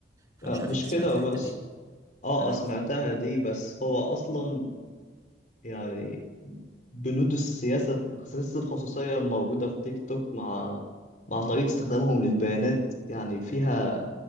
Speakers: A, on the right; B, on the left.
A: فمش
B: آه،
A: عارف
B: مش
A: انت سمعت
B: كده
A: الحته
B: وبس
A: دي؟
B: اه
A: امم
B: آه، سمعتها دي بس هو اصلا يعني بنود السياسة سياسة الخصوصية الموجودة في تيك توك مع مع طريقة استخدامهم للبيانات يعني فيها